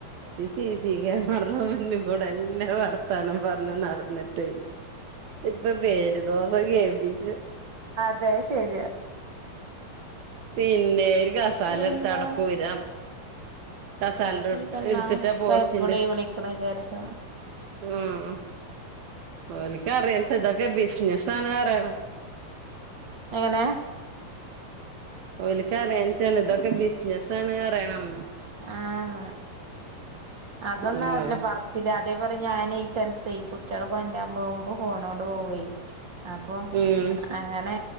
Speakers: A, on the right; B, on the right.
A: ഈ സി സി ക്യാമറ മുന്ന് കൂടെന്നെ വർ താനം പർഞ്ഞ് നടന്നിട്ടെ ഇപ്പൊ പേരുദോസം കേൾപ്പിച്ചും.
B: അത് ശര്യാ
A: പിന്നെ ഒരു കസാലട്ത്ത
B: എന്താ
A: അടപോയ്ര കസാൽന്റുട്
B: ഈ പെണ്ണാ
A: ഇട്ത്തിട്ടാ
B: ഇക്ക
A: പോസ്റ്റിന്റെ
B: എപ്പളും ഈ വിളിക്കണ വിചാരിച്ച
A: ഉം ഓൽക്കറിയത്ത ഇതൊക്കെ ബിസിനസ് ആണ് അറയണം.
B: എങ്ങനെ
A: ഓൽക്ക് അറിയാനിട്ടാണ് ഇതൊക്കെ ബിസിനസ് ആണ് അറയണം.
B: ആഹ് ന്ന് അതൊന്നും
A: ഉം
B: ആവൂല പർച്ചില് അതേ പോലെ ഞാനെ ചെൽപ്പെ കുട്ടിയളെ കൊണ്ടരാൻ പോകുമ്പോ ഫോണോട് പോവെയ് അപ്പം
A: ഉം
B: അങ്ങനെ